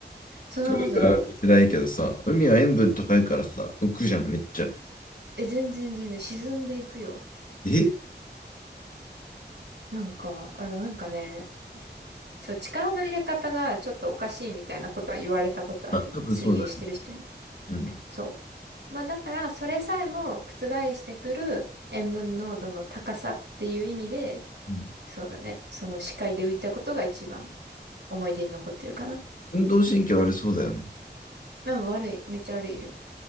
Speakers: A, on the right (about 80°); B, on the left (about 50°).
A: そんなことある。
B: 海は辛いけどさ、海は塩分高いからさ、浮くじゃん、めっちゃ。
A: え、全然全然沈んでいくよ。
B: え
A: なんか、あ、なんかね、そう、力の入れ方がちょっとおかしいみたいなことは言われたことある。
B: あ、多分そうだね。
A: 水泳してる人に。
B: うん。
A: そう。まあだから、それさえも覆してくる塩分濃度の高さっていう意味で、
B: うん
A: そうだね。その視界で浮いたことが一番思い出に残ってるかな。
B: 運動神経悪そうだよね。
A: うん、悪い。めっちゃ悪いよ。